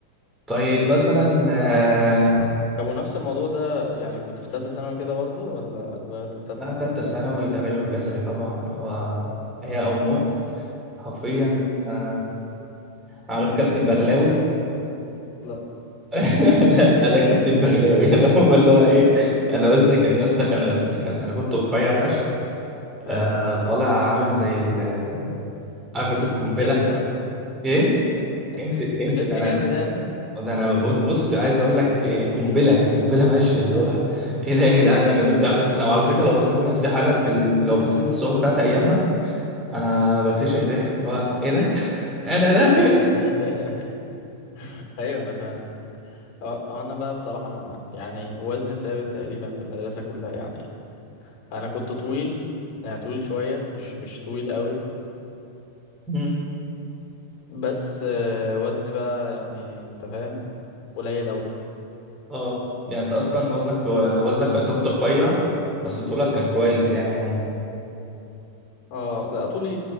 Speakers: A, in the centre; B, on the left.
A: طيب مثلا آه،
B: طب ونفس الموضوع ده يعني كنت في ثالثة ثانوي كده برضه ولا اتغيرت في ثالثة
A: لا
B: ثانوي؟
A: تالتة ثانوي تغير جذري طبعا اللي هو حياة أو موت حرفيا
B: ايوه
A: آه، عارف كابتن بغلاوي
B: لا
A: <laughs>
B: مين كده
A: لا انا كابتن بغلاوي <laughs> انا هو اللي هو ايه انا وزني كان يا اسطى كان وزني كان انا كنت رفيع فشخ
B: ايوه
A: آه طالع عامل زي ال آه، عارف انت القنبله
B: تخنت يعني
A: ايه فهمت
B: <laughs>
A: فهمت
B: تخنت
A: ده انا
B: جامد يعني
A: ده انا ببص بص عايز اقول لك إيه، قنبله قنبله ماشيه اللي هو ايه ده يا جدعان انا كنت عامل انا على فكره لو بصيت لنفسي حالا في ال... لو بصيت للصور بتاعت ايامها
B: مم.
A: انا بتفشخ ضحك اللي هو ايه ده <laughs> انا ده
B: <laughs> ايوه انا فاهم اه آه، انا بقى بصراحة مع يعني وزني ثابت تقريبا في المدرسة كلها يعني انا كنت طويل يعني طويل شوية مش مش طويل قوي
A: <laughs>
B: بس آه، وزني بقى يعني انت فاهم قليل قوي
A: اه يعني انت اصلا وزنك كو- وزنك انت كنت رفيع بس طولك كان كويس يعني عموما
B: اه لا طولي